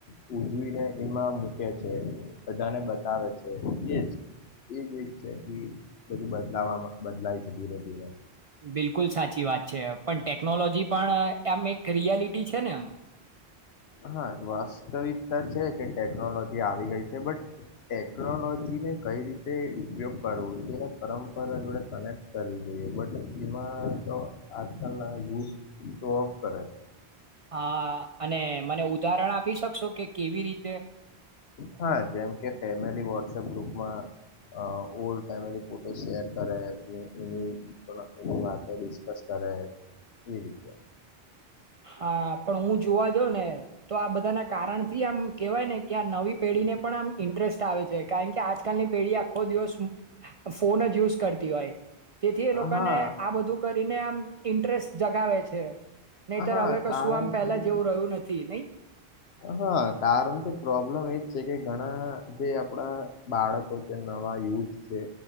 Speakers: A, on the left; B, on the right.
A: ઉજવીને એમાં મૂકે છે બધાને બતાવે છે એ એજ એક છે બધું બદલા બદલાય છે ધીરે ધીરે
B: બિલકુલ સાચી વાત છે પણ ટેકનોલોજી પણ આમ એક રિયાલિટી છે ને એમ
A: હા વાસ્તવિકતા છે જ. કે ટેકનોલોજી આવી ગઈ છે બટ ટેકનોલોજીને કઈ રીતે ઉપયોગ કરવો એને પરંપરા જોડે કનેક્ટ કરવી જોઈએ બટ એમાં તો આજકાલના યુથ શો ઓફ કરે છે.
B: હા અને મને ઉદાહરણ આપી શકશો કે કેવી રીતે
A: હા જેમ કે ફેમિલી વોટસઅપ ગ્રુપમાં ઓલ્ડ ફેમિલી ફોટો શેર કરે એ એની વા ડિસ્કસ કરે એ રીતે
B: હા પણ હું જોવા જ ને તો આ બધા બધાના કારણથી આમ કહેવાય ને કે આ નવી પેઢીને પણ આમ ઇન્ટરેસ્ટ આવે છે કારણ કે આજકાલની પેઢી આ આખો દિવસ ફોન જ યુઝ કરતી હોય તેથી એ લોકોને
A: હા
B: આ બધું કરીને આમ ઇન્ટરેસ્ટ જગાવે છે. નહીતર
A: હા
B: હવે કશું
A: કારણ
B: આમ પેલા
A: કે
B: જેવું રહ્યું નથી નહી
A: હા કારણ કે પ્રોબ્લેમ એજ છે કે ઘણા જે આપણા બાળકો જે નવા યુથ છે